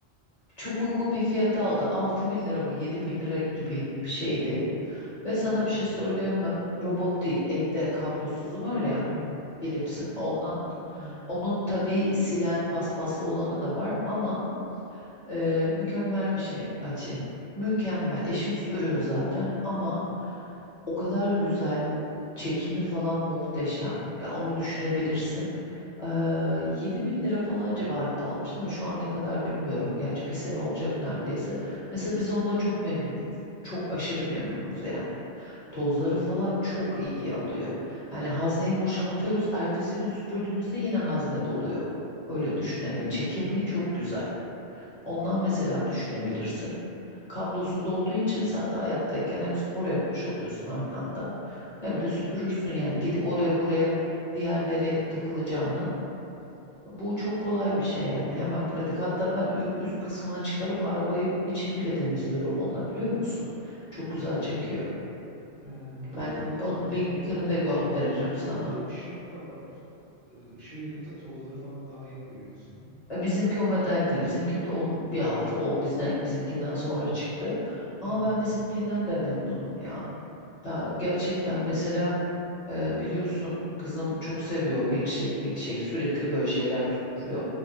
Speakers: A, on the left (about 45°); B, on the right (about 55°).
A: Çok uygun bir fiyata aldı 6 bin lira mı 7 bin lira gibi bir şeydi. Ve sana
B: Robot
A: bir şey söyleyeyim
B: mu?
A: mi robot değil elde kablosuzu var ya.
B: He. he,
A: Philips'in
B: he,
A: ondan.
B: he. Bildim bildim.
A: Onun tabii silen paspaslı olanı da var ama ee, mükemmel bir şey açı. Mükemmel. Eşim süpürüyor zaten ama o kadar güzel çekimi falan muhteşem. Ya onu düşünebilirsin. Ee, 7 bin lira falan civarında almıştım ama şu an ne kadar bilmiyorum. Gerçi bir sene olacak neredeyse. Mesela biz ondan çok memnunuz. Çok aşırı memnunuz yani. Tozları falan çok iyi alıyor. Yani hazneyi boşaltıyoruz. Ertesi gün süpürdüğümüzde yine hazne doluyor. Öyle düşün. Yani çekimi çok güzel. Ondan mesela düşünebilirsin. Kablosuz olduğu için sen de ayaktayken hem spor yapmış oluyorsun aynı anda hem de süpürürsün yani gidip oraya buraya diğerleri takılacağına. Bu çok kolay bir şey yani hemen pratik. Hatta ben ü- üst kısmını çıkarıp arabayı içini bile temizliyorum onunla biliyor musun? Çok güzel çekiyor.
B: He, onu
A: Ben
B: gördüm
A: onun
B: sanki
A: linkini
B: böyle
A: de gönderirim sana.
B: önünde ışık da var. Ee, Işığı yakınca tozları falan daha iyi görüyorsun.
A: E, Bizimki o model değil. Bizimki onun bir altı. O bizden bizimkinden sonra çıktı. Ama
B: He.
A: ben bizimkinden de memnunum ya. Ya gerçekten mesela e, biliyorsun kızım çok seviyor milkshake milkshake sürekli böyle şeyler tutturuyor.